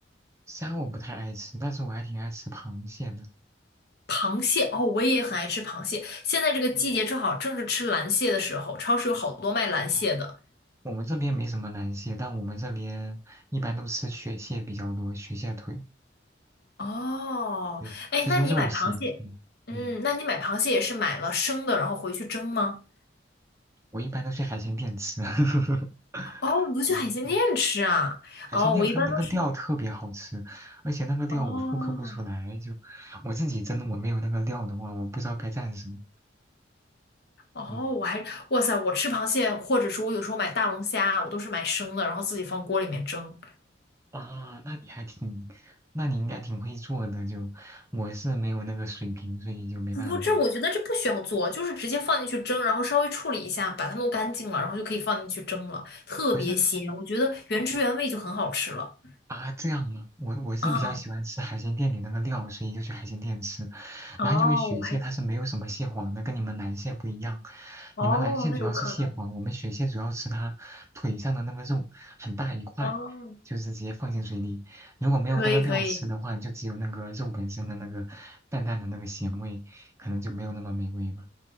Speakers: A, on the right; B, on the left.
A: 虾我不太爱吃，但是我还挺爱吃螃蟹的。
B: 螃蟹哦，我也很爱吃螃蟹。现在这个季节正好正是吃蓝蟹的时候，
A: 嗯
B: 超市有好多卖蓝蟹的。
A: 哦我们这边没什么蓝蟹，但我们这边一般都吃雪蟹比较多，雪蟹腿，
B: 哦，
A: 对，
B: 哎，
A: 就是肉蟹。
B: 那你买螃蟹，
A: 嗯嗯，
B: 嗯，那你买螃蟹也是买了生的，然后回去蒸吗？
A: 我一般都去海鲜店吃。<laughs>
B: 哦，你都去海鲜店吃啊？
A: 嗯哇，海鲜店们那个料特别好吃，
B: 哦，我一般都是
A: 而且那个料我复刻不出来，
B: 哦
A: 就我自己真的我没有那个料的话，我不知道该蘸什么。
B: 哦，
A: 嗯
B: 我还哇塞，我吃螃蟹，或者说我有时候买大龙虾，我都是买生的，然后自己放锅里面蒸。
A: 啊，那你还挺，那你应该挺会做的，就我是没有那个水平，所以就没办法。
B: 不，这我觉得这不需要做，就是直接放进去蒸，然后稍微处理一下，把它弄干净了，然后就可以放进去蒸了，特别鲜，
A: 可是
B: 我觉得原汁原味就很好吃了。
A: 哦，啊，这样吗？我我是比较喜欢吃海鲜店里那个料，
B: 啊，
A: 所以就去海鲜店吃。
B: 哦，
A: 然后因为雪蟹它是没有什么蟹黄的，
B: 我还，
A: 跟你们蓝蟹不一样。
B: 哦，
A: 你们蓝蟹主要是蟹黄，
B: 那有可能，
A: 我们雪蟹主要吃它腿上的那个肉，很大一块，
B: 哦，
A: 就是直接放进水里。如果没有那个料吃的话，
B: 可以可以。
A: 就只有那个肉本身的那个淡淡的那个咸味，可能就没有那么美味吧。